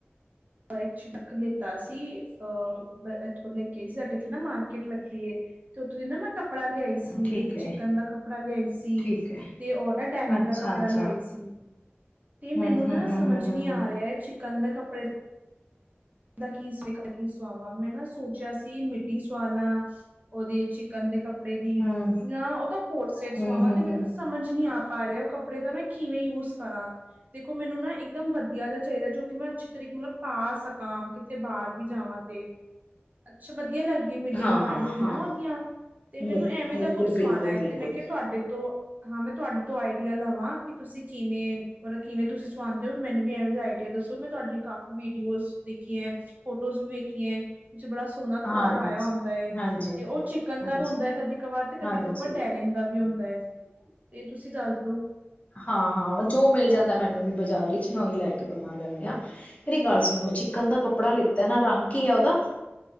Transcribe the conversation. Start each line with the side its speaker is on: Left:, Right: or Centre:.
Right: ਐਕਚੁਲੀ ਇੱਕ ਨੇਤਾ ਸੀ, ਅ ਕਿਹਾ ਸੀ ਸਾਡੇ ਇੱਥੇ ਨਾ ਮਾਰਕੀਟ ਲੱਗੀ ਏ ਤੇ ਉੱਥੋਂ ਦੀ ਨਾ ਮੈਂ ਕੱਪ- ਕੱਪੜਾ ਲਿਆਈ ਸੀ।
Left: ਠੀਕ
Right: ਇੱਕ
Left: ਹੈ,
Right: ਚਿਕਨ ਦਾ ਕੱਪੜਾ ਲਿਆਈ ਸੀ।
Left: ਠੀਕ ਹੈ।
Right: ਤੇ ਉਹ ਨਾ ਡੈਨਮ
Left: ਅੱਛਾ-ਅੱਛਾ,
Right: ਦਾ ਕੱਪੜਾ ਲਿਆਈ ਸੀ। ਤੇ ਮੈਨੂੰ
Left: ਹੂੰ, ਹੂੰ,
Right: ਨਾ
Left: ਹੂੰ,
Right: ਸਮਝ
Left: ਹੂੰ, ਹੂੰ,
Right: ਨੀ
Left: ਹੂੰ।
Right: ਆ ਰਿਹਾ ਚਿਕਨ ਦੇ ਕੱਪੜੇ ਦਾ ਕੀ ਕੀ ਸੁਆਵਾ ਮੈਂ ਨਾ ਸੋਚਿਆ ਸੀ ਮਿੱਡੀ ਸੁਆਲਾਂ। ਉਹਦੇ ਚਿਕਨ ਦੇ ਕੱਪੜ ਕੱਪੜੇ ਦੀ।
Left: ਹੂੰ,
Right: ਜਾਂ ਉਹਦਾ ਕੋਟ ਸੈਟ ਸੁਆਵਾਂ
Left: ਹੂੰ, ਹੂੰ,
Right: ਤੇ ਮੈਨੂੰ
Left: ਹੂੰ।
Right: ਸਮਝ ਨੀ ਆ ਪਾ ਰਿਹਾ ਉਹ ਕੱਪੜ ਕੱਪੜੇ ਦਾ ਮੈਂ ਕਿਵੇਂ ਯੂਸ ਕਰਾਂ। ਦੇਖੋ ਮੈਨੂੰ ਨਾ ਇੱਕਦਮ ਵਧੀਆ ਜਿਹਾ ਚਾਹੀਦਾ ਜੋ ਕਿ ਮੈਂ ਅੱਛੇ ਤਰੀਕੇ ਮਤਲਬ ਪਾ ਸਕ ਹਾਂ ਕਿਥਤੇ ਬਾਹਰ ਵੀ ਜਾਵਾਂ ਤੇ ਅੱਛਾ। ਵਧੀਆ ਲੱਗਦਾ। ਮਿਡੀਮ
Left: ਹਾਂ,
Right: ਪਾਈ
Left: ਹਾਂ,
Right: ਹੋਈ
Left: ਹਾਂ।
Right: ਨਾ ਉਹਦੀਆਂ। ਤੇ ਮੈਨੂੰ
Left: ਬਿਲਕੁਲ,
Right: ਐਵੇਂ ਦਾ ਕੁੱਛ ਸਵਾਣ
Left: ਬਿਲਕੁਲ, ਬਿਲਕੁਲ।
Right: ਤੇ ਮੈਂ ਕਿਹਾ, ਤੁਹਾਡੇ ਤੋਂ ਹਾਂ, ਮੈਂ ਤੁਹਾਡੇ ਤੋਂ ਆਈਡੀਆ ਲਵਾਂ। ਕਿ ਤੁਸੀਂ ਕਿਵੇਂ ਮਤਲਬ ਕਿਵੇਂ ਤੁਸੀਂ ਸਂਦੇ ਹੋ। ਮੈਨੂੰ ਵੀ ਇਹਵੇ ਆਈਡੀਆ ਦੱਸੋ। ਮੈਂ ਤੁਹਾਡੀ ਕਾਫੀ ਵੀਡੀਓਜ਼ ਦੇਖੀ ਹੈ, ਫੋਟੋਜ਼ ਵੀ ਵੇਖੀ ਹੈ। ਵਿੱਚ ਬੜਾ ਸੋਹਣਾ ਕੱਪੜਾ
Left: ਹਾਂਜੀ
Right: ਪਾਇਆ ਹੁੰਦਾ ਏ।
Left: ਹਾਂਜੀ
Right: ਤੇ ਉਹ ਚਿਕਨ
Left: ਹਾਂਜੀ
Right: ਦਾ ਵੀ ਹੁੰਦਾ ਹੈ। ਕਦੀ ਕਬਾਰ ਤੇ
Left: ਹਾਂਜੀ
Right: ਕਦੀ ਕਵਾਰ ਡੈਨਮ ਦਾ ਵੀ ਹੁੰਦਾ ਹੈ। ਤੇ ਤੁਸੀਂ ਦੱਸ ਦੋ।
Left: ਹਾਂ -ਹਾਂ ਜੋ ਮਿਲ ਜਾਂਦਾ ਮੈਨੂੰ ਵੀ। ਬਾਜ਼ਾਰ ਵਿੱਚ ਮੈ ਹੀ ਲੈ ਕੇ ਬਣਾ ਲੈਂਦੇ ਹਾਂ। ਮੇਰੀ ਗੱਲ ਸੁਣੋ ਚਿਕਨ ਦਾ ਕੱਪੜਾ ਲਿੱਤਾ ਨਾ ਰੰਗ ਕੀ ਆ ਉਹਦਾ।